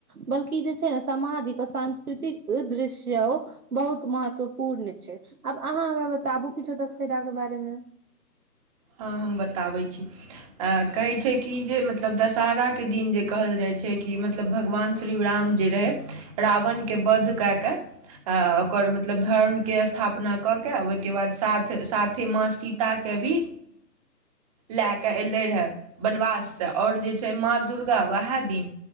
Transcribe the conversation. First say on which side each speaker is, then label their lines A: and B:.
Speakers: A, on the right (about 60°); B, on the right (about 20°).
A: बल्कि जे छैय ने सामाजिक आ सांस्कृतिक दृश्य ओ बहुत महत्वपूर्ण छैय आब अहाँ हमरा बताबु किछो दशहरा के बारेमे
B: हाँ हम बताबै छी कहै छैय कि जे मतलब दशहरा के दिन जे कहल जाइ छैय कि मतलब भगवान श्री राम जे रहै रावणके वध के कऽ के आ ओकर मतलब धर्मके स्थापना कऽ केऽ ओहिके बाद साथ साथे माँ सीताके कवी लए कऽ एलै रहै बनवाससे ओर जे छैय माँ दुर्गा उएह दिन